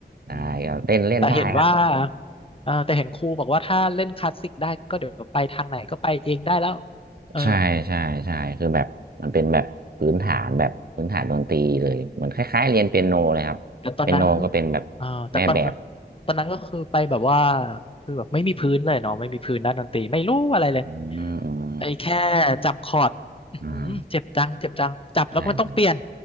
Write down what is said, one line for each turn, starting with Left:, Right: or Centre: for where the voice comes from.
Right: ได้ก็เต้นเล่นได้ครับ
Left: มแต่เห็นว่าเออแต่เห็นครูบอกว่าถ้าเล่นคลาสสิกได้ก็เดี๋ยวไปทางไหนก็ไปเองได้แล้วเออ
Right: ใช่ใช่ใช่คือแบบมันเป็นแบบพื้นฐานแบบพื้นฐานดนตรีเลยเหมือนคล้ายๆเรียนเปียโนเลยครับเปียโนก็เป็นแบบ
Left: แต่ตอนนั้นเออแต่ตอน
Right: แม่แบบ
Left: ตอนนั้นก็คือไปแบบว่าคือแบบไม่มีพื้นเลยเนาะไม่มีพื้นด้านดนตรีไม่รู้อะไรเลย
Right: อืมอืม
Left: ไอ้แค่จับคอร์ดอื้อหือเจ็บจังเจ็บจังจับแล้วก็มันต้องเปลี่ยน
Right: อ่าใช่ใช่